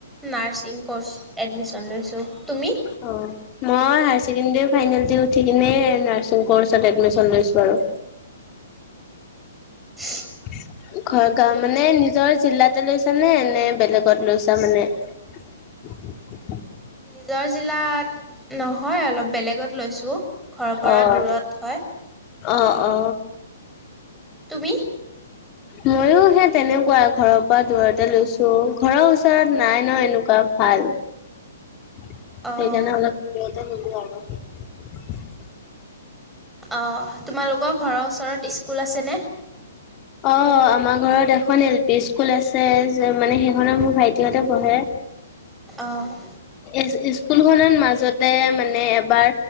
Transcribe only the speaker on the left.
অ'। মই হায় ছেকেণ্ডী ফাইনেল উঠি কিনে নাৰছিং কৰ্চত এডমিন লৈছো আৰু
<unintelligible> ঘ মানে নিজৰ জিলাত তাতে লৈছা নে নে বেলেগত লৈছা মানে উ
অ'।
অ অ
ময়ো সে তেনেকুৱা ঘৰৰ পৰা দূৰতে লৈছো ঘৰৰ ওচৰত নাই ন এনেকুৱা ভাল <unintelligible>
<unintelligible>
অ', আমাৰ ঘৰত এখন এল পি ইস্কুল আছে যে, মানে সেইখনত মোৰ ভাইটিহঁতে পঢ়ে।
ই-ইস্কুল খনত মাজতে মানে এবাৰ